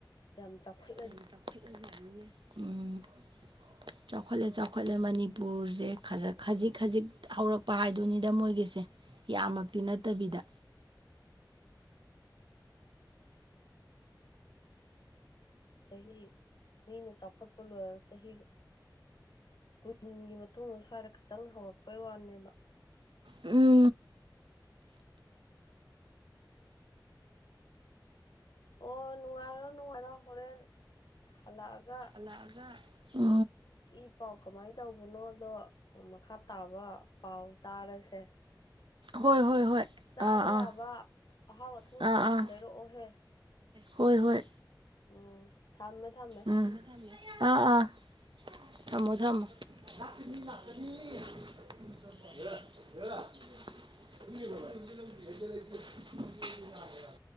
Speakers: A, on the left; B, on the right.
A: ꯌꯥꯝ ꯆꯥꯎꯈꯠ
B: ꯆꯥꯎ
A: <inaudible>
B: ꯆꯥꯎꯈꯠꯂꯦ ꯆꯥꯎꯈꯠꯂꯦ ꯃꯅꯤꯄꯨꯔꯁꯦ ꯈꯖꯤꯛ ꯈꯖꯤꯛ ꯍꯧꯔꯛꯄ ꯍꯥꯏꯗꯨꯅꯤꯗ ꯃꯣꯏꯒꯤꯁꯦ ꯌꯥꯝꯃꯛꯇꯤ ꯅꯠꯇꯕꯤꯗ
A: ꯆꯍꯤ ꯃꯤꯅ ꯆꯥꯎꯈꯠꯄ ꯂꯣꯏꯔ ꯆꯍꯤꯒ ꯀꯨꯟꯒꯤ ꯃꯇꯨꯡꯗ ꯁ꯭ꯋꯥꯏꯗ ꯈꯤꯇꯪ ꯍꯧꯔꯛꯄꯩ ꯋꯥꯅꯦꯕ
B: ꯎꯝ
A: ꯑꯣ ꯅꯉꯣ ꯅꯉꯣ ꯍꯣꯔꯦꯟ ꯍꯂꯥꯑꯒ
B: ꯑꯒ ꯎ
A: ꯏ ꯄꯥꯎ ꯀꯃꯥꯏꯅ ꯇꯧꯕꯅꯣꯗꯣ ꯃꯈꯥ ꯇꯥꯕ ꯄꯥꯎ ꯇꯥꯔꯁꯦ
B: ꯍꯣꯏ ꯍꯣꯏ ꯍꯣꯏ
A: ꯆꯥꯕ
B: ꯑꯥ ꯑꯥ
A: ꯌꯥꯕ ꯑꯍꯥꯎ ꯑꯊꯨꯝ
B: ꯑꯥ
A: ꯈꯔꯗꯤ
B: ꯑꯥ
A: ꯂꯩꯔꯛꯑꯣꯍꯦ
B: ꯍꯣꯏ ꯍꯣꯏ
A: ꯎꯝ ꯊꯝꯃꯦ ꯊꯝꯃꯦ
B: ꯎꯝ ꯑꯥ ꯑꯥ ꯊꯝꯃꯣ ꯊꯝꯃꯣ <unintelligible> <inaudible>